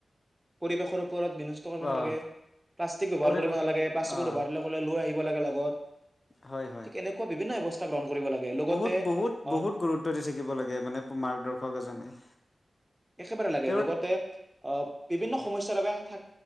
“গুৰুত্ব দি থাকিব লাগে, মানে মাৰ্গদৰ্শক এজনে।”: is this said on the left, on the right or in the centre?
Left